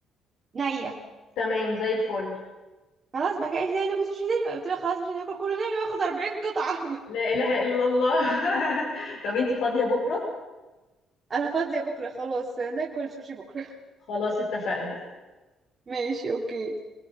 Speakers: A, on the right; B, on the left.
A: نيه
B: تمام زي الفل،
A: خلاص بقى ايه تاني ناكل سوشي تاني قلت لها خلاص مش هناكل كله تاني واخد 40 قطعة
B: لا إله إلا الله <laughs> طب أنتِ فاضية بكرة؟
A: <laughs> انا فاضية بكرة خلاص ناكل سوشي بكرة <laughs>
B: خلاص اتفقنا.
A: ماشي اوكي